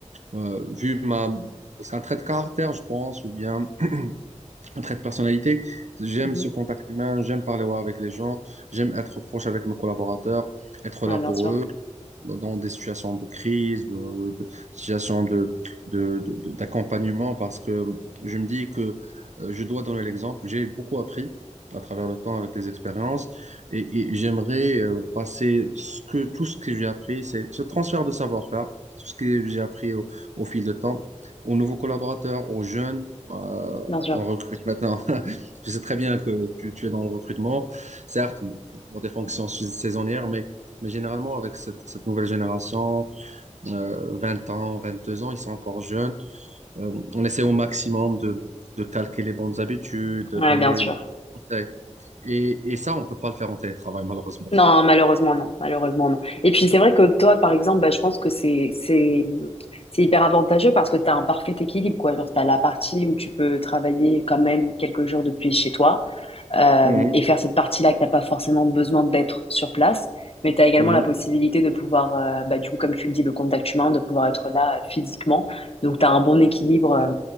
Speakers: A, on the right; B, on the left.
A: euh, vu ma... C'est un trait de caractère, je pense, ou bien un trait de personnalité. J'aime
B: Mhm.
A: ce contact humain, j'aime parler ouais, avec les gens, j'aime être proche avec mes collaborateurs, être
B: Ouais,
A: là
B: bien
A: pour
B: sûr.
A: eux dans des situations de crise, de, de situations de, de- de- de- d'accompagnement, parce que je me dis que euh, je dois donner l'exemple. J'ai beaucoup appris à travers le temps avec les expériences et, et j'aimerais euh, passer ce que, tout ce que j'ai appris, c'est ce transfert de savoir-faire, tout ce que j'ai appris au, au fil de temps, aux nouveaux collaborateurs, aux jeunes. euh,
B: Bien sûr.
A: on recrute maintenant. <laughs> Je sais très bien que tu, tu es dans le recrutement, certes, pour des fonctions sais- saisonnières, mais, mais généralement, avec cette, cette nouvelle génération, euh, 20 ans, 22 ans, ils sont encore jeunes. Euh, on essaie au maximum de, de calquer les bonnes habitudes, de
B: Ouais,
A: donner
B: bien sûr.
A: les conseils. Et, et ça, on peut pas le faire en télétravail, malheureusement.
B: Non, malheureusement, non. Malheureusement, non. Et puis, c'est vrai que toi, par exemple, bah, je pense que c'est, c'est, c'est hyper avantageux parce que tu as un parfait équilibre, quoi. Genre, tu as la partie où tu peux travailler quand même quelques jours depuis chez toi. euh,
A: Mhm,
B: et faire cette partie-là que t'as pas forcément besoin d'être sur place. Mais tu as également
A: mhm.
B: la possibilité de pouvoir, euh, bah, du coup, comme tu le dis, le contact humain, de pouvoir être là euh, physiquement. Donc, tu as un bon équilibre. euh,